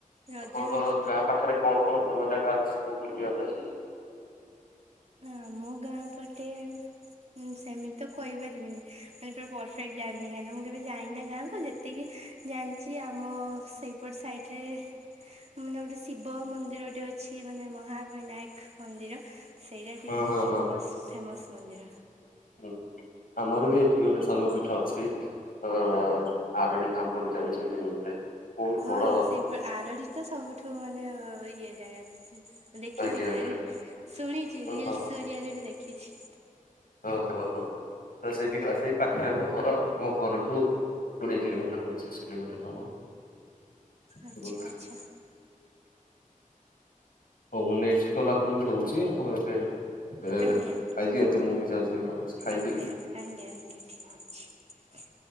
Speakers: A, on the right; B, on the left.
A: ରଜରେ
B: ଆପଣଙ୍କର
A: ମୋର
B: ଗାଁ ପାଖରେ କଣ କଣ ଭଲ ଜାଗା ଅଛି ସବୁ ବୁଲିବା ପାଇଁ।
A: ଆମ ଗାଁ ପଟେ ହୁଁ ସେମି ତ କହିପାରିବିନି ମାନେ ପୁରା ପରଫେକ୍ଟ୍ ଜାଣିନି କାହିଁକନା ମୁଁ କେବେ ଯାଇନିନା ଗାଁ କୁ ଯେତିକି ଜାଣିଛି ଆମ ସେଇପଟ ସାଇଟ୍ ରେ ମାନେ ଗୋଟେ ଶିବ ମନ୍ଦିରଟେ ଅ ଅଛି ମାନେ ମହାବିନାୟକ ମନ୍ଦିର ସେଇଟା ଟିକେ
B: ହଁ
A: ବହୁତ୍
B: ହଁ
A: ଫେମସ୍
B: ହଁ
A: ଫେମସ୍ ମନ୍ଦିର।
B: <unintelligible> ଆମର ବି ଏଠି ଗୋଟେ ଶୈବ ପୀଠ ଅଛି ଅ ଆରଡ଼ି ଧାମ ବୋଲି ଜାଣିଛନ୍ତି <unintelligible>
A: ହଁ
B: ବଡ
A: ସେଇ ଆରଡ଼ି ତ ସବୁଠୁ ମାନେ ଇଏ ଜାଗା। ଦେଖିଛି
B: ଆଜ୍ଞା
A: ଜାଣିଛି
B: ଆଜ୍ଞା
A: ଶୁଣିଛି
B: ହଁ
A: ରିଲସ୍ କରିବାରେ ବି ଦେଖିଛି।
B: ଓହୋ ହୋ ତ ସେଇଠି ଆ ସେଇ ପାଖରେ ଆମ ଘର ଆମ ଘରଠୁ କୋଡ଼ିଏ କିଲୋମିଟର, ପଚିଶ୍ କିଲୋମିଟର ହବ।
A: ଆଚ୍ଛା
B: ଦୂରତା।
A: ଆଚ୍ଛା।
B: ହଉ ମୁଁ ନେକ୍ସଟ୍ କଲ ଆପଣଙ୍କୁ ଦଉଛି। ଆପଣ ଏବେ ଖାଇଦିଅ।
A: ଆଜ୍ଞା
B: ତ ମୁଁ ବି ଯାଉଛି। ଭାବୁଛି ଖାଇଦେବି
A: ଆଜ୍ଞା ଆଜ୍ଞା ଆଜ୍ଞା ଆଜ୍ଞା ଠିକ